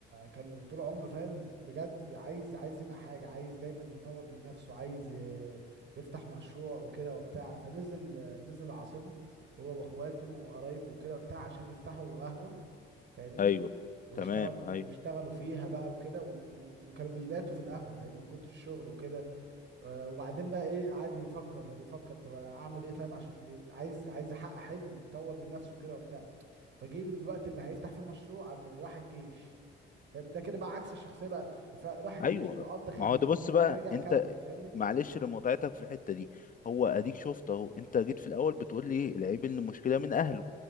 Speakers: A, on the right (about 65°); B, on the left (about 40°).
A: كان طول عمره فاهم بجد عايز عايز يبقى حاجه عايز دايما يطور من نفسه عايز ي- يفتح مشروع وكده وبتاع فنزل نزل العاصمه هو واخواته وقرايبه وكده بتاع عشان يفتحوا قهوة فاهمني
B: ايوه
A: ويشتغل
B: تمام ايوه
A: ويشتغلوا فيها بقى وكده و... و... وكانوا بيباتوا في القهوة فاهمني من كتر الشغل وكده آه، وبعدين بقى ايه قعد يفكر طب يفكر طب انا اعمل ايه طيب عشان إيه؟ عايز عايز يحقق حلمه يطور من نفسه وكده وبتاع فجه له الوقت اللي هيفتح فيه مشروع عم راح الجيش فاهم ده كده بقى عكس الشخصية بقى فراح الجيش
B: ايوه
A: وقضى خدمته
B: ما هو ده بص
A: بعد
B: بقى
A: كده رجع
B: انت
A: كمل فاهمني
B: معلش
A: بعد... ك-
B: لمتعتك في الحته دي هو اديك شفت اهو انت جيت في الاول بتقول لي العيب ان المشكله من اهله